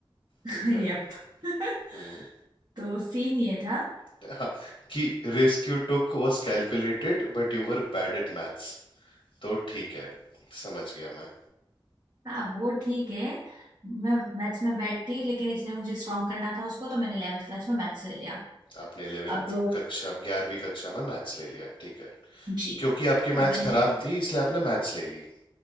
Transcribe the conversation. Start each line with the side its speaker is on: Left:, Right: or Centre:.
Right: <laughs>
Left: ठीक है
Right: यप <laughs>
Left: Mm.
Right: तो सीन ये था
Left: <laughs> कि risk you took was calculated but you were bad at maths तो ठीक है समझ गया मैं
Right: हाँ वो ठीक है मैं मैथ्स में बैठ थी लेकिन इसलिए मुझे स्ट्रॉन्ग करना था उसको तो मैंने 11th क्लास में मैथ्स ले लिया
Left: आपने 11th
Right: अब
Left: कक्षा 11वीं कक्षा में मैथ्स ले लिया ठीक है
Right: जी
Left: क्योंकि आपकी
Right: अब
Left: मैथ्स
Right: मैंने
Left: खराब थी इसलिए आपने मैथ्स ले ली